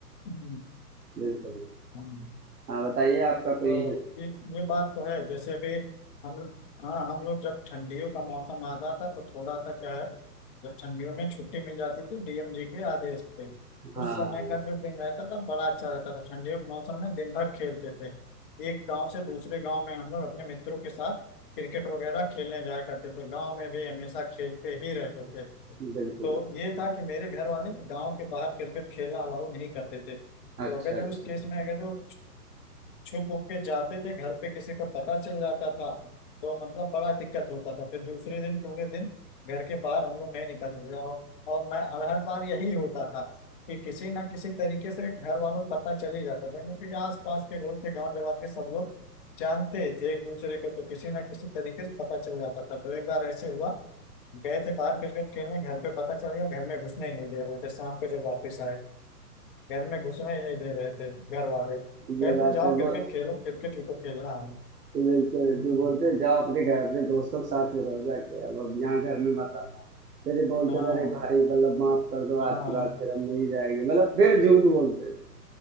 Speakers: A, on the left; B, on the right.
A: हम्म,
B: बिल्कुल
A: हम्म,
B: हाँ बताइए आपका
A: तो
B: कोई
A: ये ये बात तो है जैसे अभी हम हाँ हम लोग जब ठंडियों का मौसम आता था तो थोड़ा सा क्या है जब ठंडियों में छुट्टी मिल जाती थी डीएम जी के आदेश पे
B: हाँ
A: उस समय का जो दिन रहता था बड़ा अच्छा रहता था ठंडियों के मौसम में दिन भर खेलते थे एक गांव से दूसरे गांव में हम लोग अपने मित्रों के साथ क्रिकेट वगैरह खेलने जाया करते थे गांव में भी हमेशा खेलते ही रहते थे
B: बिल्कुल
A: तो ये था कि मेरे घर वाले गांव के बाहर क्रिकेट खेलना अलाउ नहीं करते थे तो
B: अच्छा
A: अगर
B: अच्छा
A: जो उस केस में अगर जो छुप उप के जाते थे घर पे किसी को पता चल जाता था तो मतलब बड़ा दिक्कत होता था फिर दूसरे दिन पूरे दिन घर के बाहर हम लोग नहीं निकल रहे और और मैं हर हर बार यही होता था कि किसी ना किसी तरीके से घर वालों को पता चल ही जाता था क्योंकि आस पास के लोग थे गाँव जवाब के सब लोग जानते ही थे एक दूसरे को तो किसी ना किसी तरीके से पता चल जाता था तो एक बार ऐसे हुआ गए थे बाहर क्रिकेट खेलने घर पे पता चल गया घर में घुसने ही नहीं दे रहे थे शाम को जब वापस आए घर में घुसने ही नहीं दे रहे थे घर वाले कहते
B: ये बात
A: जाओ
B: है वो
A: क्रिकेट खेलो क्रिकेट ही तो खेलना है
B: बिल्कुल बिल्कुल
A: हम्म,
B: बोलते हैं, जाओ अपने घर अपने दोस्तों के साथ में रहो जाके अब अब यहाँ घर में मत आना फिर ये बोलते
A: हाँ
B: थे अरे भाई मतलब माफ कर दो
A: हाँ
B: आज की बात फिर हम नहीं जाएंगे मतलब फिर झूठ बोलते थे